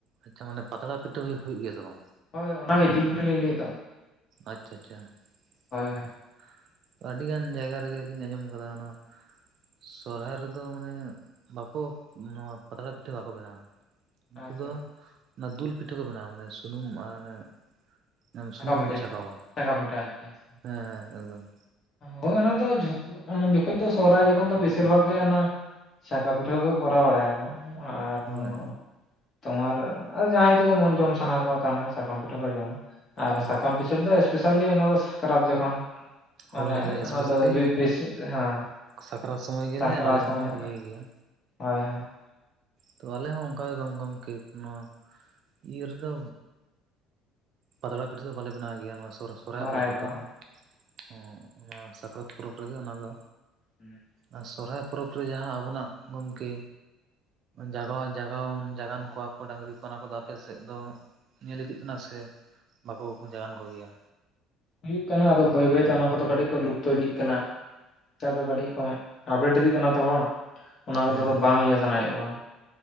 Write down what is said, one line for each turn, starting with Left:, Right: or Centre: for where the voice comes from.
Right: ᱟᱪᱪᱷᱟ ᱢᱟᱱᱮ ᱯᱟᱛᱲᱟ ᱯᱤᱴᱷᱟᱹ ᱦᱩᱭᱩᱜ, ᱦᱩᱭᱩᱜ ᱜᱮᱭᱟ ᱥᱮ ᱵᱟᱝ?
Left: ᱦᱳᱭ ᱚᱱᱟ ᱜᱤ ᱡᱤᱞ ᱯᱤᱴᱷᱟᱹ ᱞᱤᱧ ᱞᱟᱹᱭᱮᱫ ᱫᱚ᱾
Right: ᱟᱪᱪᱷᱟ ᱟᱪᱪᱷᱟ
Left: ᱦᱳᱭ
Right: ᱦᱮᱸ
Left: ᱦᱳᱭ
Right: ᱾ ᱟᱹᱰᱤ ᱜᱟᱱ ᱡᱟᱭᱜᱟ ᱨᱮᱜᱮ ᱞᱤᱧ ᱟᱸᱡᱚᱢ ᱠᱟᱫᱟ ᱱᱚᱸᱣᱟ ᱥᱚᱨᱦᱟᱭ ᱨᱮᱫᱚ ᱢᱟᱱᱮ ᱵᱟᱠᱚ ᱱᱚᱣᱟ ᱯᱟᱛᱲᱟ ᱯᱤᱴᱷᱟᱹ ᱵᱟᱠᱚ ᱵᱮᱱᱟᱣᱟ᱾ ᱩᱱᱠᱩ
Left: ᱟᱪᱪᱷᱟ
Right: ᱫᱚ
Left: ᱟᱪᱪᱷᱟ
Right: ᱚᱱᱟ ᱫᱩᱞ ᱯᱤᱴᱷᱟᱹ ᱠᱚ ᱵᱮᱱᱟᱣᱟ ᱢᱟᱱᱮ ᱥᱩᱱᱩᱢ ᱟᱻ ᱟᱱᱮ ᱚᱱᱮ
Left: ᱪᱷᱟᱸᱠᱟ
Right: ᱥᱩᱱᱩᱢ
Left: ᱯᱤᱴᱷᱟᱹ
Right: ᱠᱚ ᱪᱷᱟᱠᱟᱣᱟ
Left: ᱪᱷᱟ- ᱪᱷᱟᱸᱠᱟ ᱯᱤᱴᱷᱟᱹ ᱟᱪᱪᱷᱟ ᱟᱪᱪᱷᱟ᱾
Right: ᱦᱮᱸ ᱦᱮᱸ ᱮᱠᱫᱚᱢ ᱾
Left: ᱦᱳᱭ ᱚᱱᱟ ᱫᱚ ᱡᱷᱚᱛᱚ ᱚᱱ ᱩᱱ ᱡᱚᱠᱷᱚᱡ ᱫᱚ ᱥᱚᱨᱦᱟᱭ ᱡᱚᱠᱷᱚᱱ ᱫᱚ ᱵᱮᱥᱤᱨ ᱵᱷᱟᱜᱽ ᱜᱮ ᱚᱱᱟ ᱪᱷᱟᱠᱟ ᱯᱤᱴᱷᱟᱹ ᱠᱚ ᱠᱚᱨᱟᱣ ᱵᱟᱲᱟᱭᱟ ᱟᱠᱚ <inaudible>
Right: ᱦᱳᱭ
Left: ᱛᱳᱢᱟᱨ ᱟᱨ ᱡᱟᱦᱟᱸᱭ ᱫᱚ ᱠᱚ ᱢᱚᱱ ᱡᱚᱢ ᱥᱟᱱᱟ ᱠᱚᱣᱟ ᱛᱟᱞᱦᱮ ᱠᱷᱟᱱ ᱥᱟᱠᱟᱢ ᱯᱤᱴᱷᱟᱹ ᱠᱚ ᱡᱚᱢᱟ᱾ ᱟᱨ
Right: ᱦᱩᱸ
Left: ᱥᱟᱠᱟᱢ ᱯᱤᱴᱷᱟᱹ ᱫᱚ ᱮᱥᱯᱮᱥᱟᱞᱤ ᱚᱱᱟ ᱫᱚ ᱥᱟᱠᱨᱟᱛ ᱡᱚᱠᱷᱚᱱ ᱾ ᱢᱟᱱᱮ
Right: ᱦᱳᱭ ᱦᱳᱭ ᱮᱥᱯᱮᱥᱟᱞᱤ
Left: ᱚᱱᱟ ᱫᱚ ᱵᱤ-ᱵᱤᱥᱤ ᱦᱮᱸ
Right: ᱥᱟᱠᱨᱟᱛ ᱥᱚᱢᱚᱭ ᱜᱮᱞᱮ
Left: ᱥᱟᱠᱨᱟ
Right: ᱟᱞᱮ
Left: ᱥᱚᱢᱚᱭ
Right: ᱦᱚᱸᱞᱮ ᱤᱭᱟᱹᱭ ᱜᱮᱭᱟ
Left: ᱦᱳᱭ ᱦᱮᱸ ᱾
Right: ᱛᱚ ᱟᱞᱮ ᱦᱚᱸ ᱚᱝᱠᱟ ᱜᱮ ᱜᱚᱢ-ᱜᱚᱢᱠᱮ ᱱᱚᱣᱟ ᱤᱭᱟᱹ ᱨᱮᱫᱚ ᱯᱟᱛᱲᱟ ᱯᱤᱴᱷᱟᱹ ᱫᱚ ᱵᱟᱞᱮ ᱵᱮᱱᱟᱣ ᱜᱮᱭᱟ ᱱᱚᱣᱟ ᱥᱚᱨ-ᱥᱚᱨᱦᱟᱭ
Left: ᱥᱚᱦᱨᱟᱭ
Right: ᱯᱚᱨᱚᱵᱽ ᱨᱮᱫᱚ
Left: ᱫᱚ ᱵᱟᱝ
Right: ᱾ ᱦᱮᱸ ᱱᱚᱣᱟ ᱥᱟᱠᱨᱟᱛ ᱯᱚᱨᱚᱵᱽ ᱨᱮᱜᱮ ᱚᱱᱟ ᱫᱚ
Left: ᱦᱩᱸ᱾
Right: ᱟᱨ ᱥᱚᱨᱦᱟᱭ ᱯᱚᱨᱚᱵᱽ ᱨᱮ ᱡᱟᱦᱟᱸ ᱟᱵᱚᱱᱟᱜ ᱜᱚᱢᱠᱮ ᱡᱟᱜᱟᱣᱟᱜ-ᱡᱟᱜᱟᱣ ᱡᱟᱜᱟᱱ ᱠᱚᱣᱟ ᱠᱚ ᱰᱟᱹᱝᱨᱤ ᱠᱚ ᱚᱱᱟ ᱠᱚᱫᱚ ᱟᱯᱮ ᱥᱮᱫ ᱫᱚ ᱧᱮᱞ ᱤᱫᱤᱜ ᱠᱟᱱᱟ ᱥᱮ ᱵᱟᱠᱚ ᱡᱟᱜᱟᱱ ᱠᱚ ᱜᱮᱭᱟ?
Left: ᱦᱩᱭᱩᱜ ᱠᱟᱱᱟ ᱟᱫᱚ ᱵᱟᱹᱭ ᱵᱟᱹᱭ ᱛᱮ ᱚᱱᱟ ᱠᱚᱫᱚ ᱠᱟᱹᱴᱤᱡ ᱠᱚ ᱞᱩᱯᱛᱚ ᱤᱫᱤᱜ ᱠᱟᱱᱟ᱾ ᱱᱮᱛᱟᱜ ᱫᱚ ᱠᱟᱹᱴᱤᱡ ᱠᱚ ᱟᱯᱰᱮᱴ ᱤᱫᱤᱜ ᱠᱟᱱᱟ ᱛᱚ ᱦᱚᱲ ᱚᱱᱟ ᱠᱚᱫᱚ
Right: ᱦᱮᱸ
Left: ᱵᱟᱝ ᱤᱭᱟᱹ ᱥᱟᱱᱟᱭᱮᱫ ᱠᱚᱣᱟ᱾